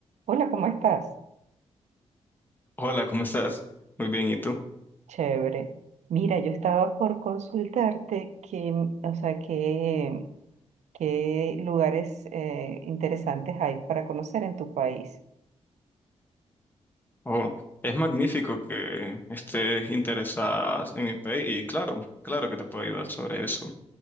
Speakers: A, on the right (about 85°); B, on the left (about 15°).
A: Hola, ¿cómo estás?
B: Hola, ¿cómo estás? Muy bien, ¿y tú?
A: Chévere. Mira, yo estaba por consultarte que, o sea, qué, qué lugares eh, interesantes hay para conocer en tu país.
B: Oh, es magnífico que estés interesada en mi país y claro, claro que te puedo ayudar sobre eso.